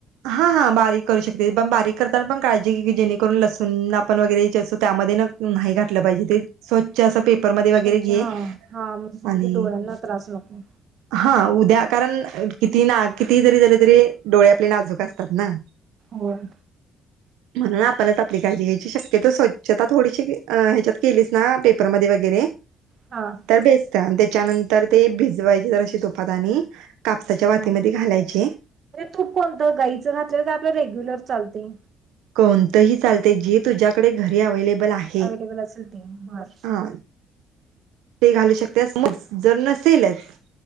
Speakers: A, on the right (about 80°); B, on the right (about 55°).
A: हा हा बारीक करू शकतेस पण बारीक करताना पण काळजी घ्ये की जेणेकरून लसूण आपण वगैरे चेचतो त्यामदे ना न्हाई घाठलं पाइहजे ते स्वच् स्वच्छ असं पेपरमध्ये वगैरे
B: स्वच्छ
A: घे
B: हा हा म्हणजे
A: आणि-
B: डोळ्यांना त्रास नको
A: हा उद्या कारण कितीही ना कितीइ जरी तरी डोळे आपले नाजूक असतात ना
B: होय
A: म्हणून आपणच आपली काळजी घ्यायची शक्यतो स्वच्छता थोडीशी घ अ हेच्यात केलीस ना पेपरमदे वगैरे
B: हां
A: तर बेस्ट तेच्यानंतर ते भिजवायच जराशे तोपात आणि कापसाच्या
B: हा
A: वातीमदे
B: म्हणजे
A: घालायचे
B: तूप कोणतं गाईचं घातलंल काय आपलं रेग्युलर चालतय
A: कोणतंही चालतय जी तुज्याकडे घरी अवेलेबल आहे
B: अवेलेबल असेल ते मार
A: हा ते घालू शकत्यास मु <unintelligible> जर नसेलच